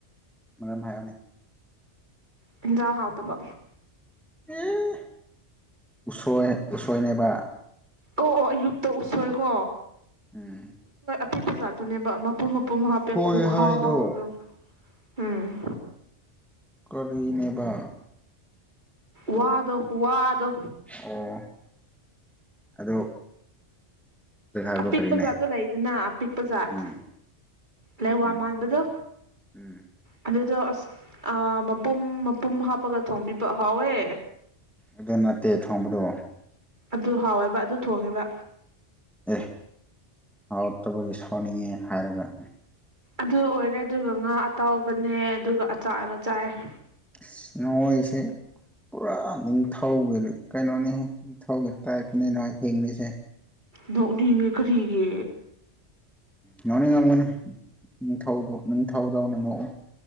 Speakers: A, in the centre; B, on the right.
A: ꯃꯔꯝ ꯍꯥꯏꯌꯣꯅꯦ
B: ꯍꯦꯟꯖꯥꯡ ꯍꯥꯎꯇꯕ
A: ꯎꯝ ꯎꯁꯣꯏ ꯎꯁꯣꯏꯅꯦꯕ
B: ꯑꯣ ꯑꯣ ꯑꯌꯨꯛꯇ ꯎꯁꯣꯏꯀꯣ
A: ꯎꯝ
B: ꯑꯄꯤꯛꯄꯖꯥꯠꯇꯨꯅꯦꯕ ꯃꯄꯨꯝ ꯃꯄꯨꯝ ꯍꯥꯞꯄꯦ
A: ꯎꯁꯣꯏ
B: ꯈꯨꯍꯥꯎꯗꯣ
A: ꯍꯥꯏꯗꯣ
B: ꯎꯝ
A: ꯀꯔꯤꯅꯦꯕꯥ
B: ꯋꯥꯗꯣ ꯋꯥꯗꯣ
A: ꯑꯣ ꯑꯗꯣ ꯖꯒꯥꯗꯣ
B: ꯑꯄꯤꯛꯄ
A: ꯀꯔꯤꯅꯦ
B: ꯖꯥꯠꯇꯣ ꯂꯩꯗꯅꯥ ꯑꯄꯤꯛꯄ ꯖꯥꯠ
A: ꯎꯝ
B: ꯂꯩꯋꯥ
A: ꯎꯝ
B: ꯃꯥꯟꯕꯗꯣ
A: ꯎꯝ
B: ꯑꯗꯨꯗꯣ ꯑ ꯑꯥ ꯃꯄꯨꯝ ꯃꯄꯨꯝ ꯍꯥꯞꯄꯒ ꯊꯣꯡꯕꯤꯕ ꯍꯥꯎꯋꯦ
A: ꯑꯗꯨ ꯅꯠꯇꯦ ꯊꯣꯡꯕꯗꯣ
B: ꯑꯗꯨ ꯍꯥꯎꯋꯦꯕꯥ ꯑꯗꯨ ꯊꯣꯡꯉꯦꯕꯥ
A: ꯑꯦ ꯍꯥꯎꯇꯕꯒꯤ ꯁꯥꯎꯅꯤꯡꯉꯦ ꯍꯥꯏꯔꯒ
B: ꯑꯗꯨ ꯑꯣꯏꯔꯦ ꯑꯗꯨꯒ ꯉꯥ ꯑꯇꯥꯎꯕꯅꯦ ꯑꯗꯨꯒ ꯑꯆꯥꯥꯔꯒ ꯆꯥꯏꯌꯦ
A: ꯑꯁ ꯅꯣꯏꯁꯦ ꯄꯨꯔꯥ ꯅꯤꯡꯊꯧꯒꯤ ꯀꯩꯅꯣꯅꯤꯍꯦ ꯅꯤꯡꯊꯧꯒꯤ ꯇꯥꯏꯞꯇꯅꯦ ꯅꯣꯏ ꯍꯤꯡꯂꯤꯁꯦ
B: ꯅꯣꯛꯅꯤꯡꯉꯦ ꯀꯔꯤꯒꯤ
A: ꯅꯣꯛꯅꯤꯡꯉꯝꯒꯅꯤ ꯅꯤꯡꯊꯧꯗꯣ ꯅꯤꯡꯊꯧꯗꯧꯅ ꯅꯣꯛꯑꯣ